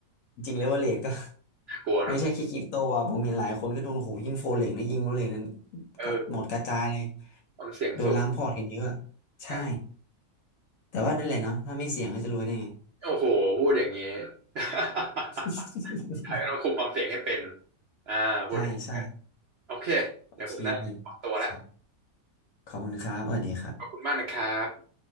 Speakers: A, on the left; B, on the right.
A: จริงเลเวอเรจก็
B: น่ากลัวเนาะ
A: ไม่ใช่แค่คริปโตว่ะผมเห็นหลายคนก็โดนโอ้โหยิ่งโฟเล็กนี่ยิ่งโฟเล็กนั้น
B: เออ
A: กัดหมดกระจายเลย
B: ความเสี่ยงสูง
A: โดนล้างพอร์ตกันเยอะใช่
B: ใช่
A: แต่ว่านั่นแหละเนาะถ้าไม่เสี่ยงก็จะรวยได้ไง
B: โอ้โห พูดอย่างนี้ <laughs>
A: <laughs>
B: ใช่ต้องคุมความเสี่ยงให้เป็นอ่าพูดอย่างนี้
A: ใช่ใช่
B: โอเค
A: โอเค
B: เดี๋ยวผมน่าขอตัวแล้ว
A: ครับขอบคุณครับสวัสดีครับ
B: ขอบคุณมากนะครับ